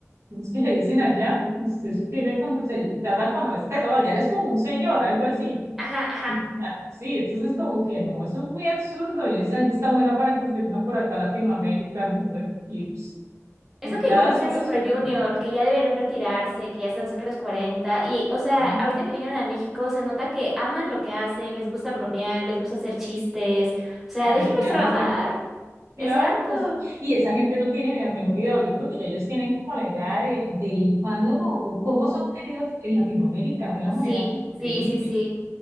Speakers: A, on the right; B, in the centre.
A: ¿cómo es que le dicen allá? Usted se tiene cuando se trata con respeto, vaya, eres como un señor, algo así.
B: Ajá, ajá.
A: Y, ah, sí, entonces como que no, eso es muy absurdo y esa gente está buena para que se venga por acá a Latinoamérica, no joder, y, pss,
B: Eso
A: aquí
B: que
A: la
B: igual
A: da
B: dicen
A: solo
B: Super
A: es
B: Junior,
A: una,
B: que ya deberían retirarse, que ya están cerca de los cuarenta Y, o sea,
A: ¿no?
B: ahorita que vinieron a México, se nota que aman lo que hacen, les gusta bromear, les gusta hacer chistes. O sea,
A: La energía
B: déjenlos trabajar.
A: es buena. Claro,
B: Exacto.
A: o sea, y esa gente no tiene ni la menor idea, o yo creo que ya ellos tienen como la idea de, del fandom o o cómo son queridos en Latinoamérica de una
B: Sí,
A: manera increíble.
B: sí, sí, sí.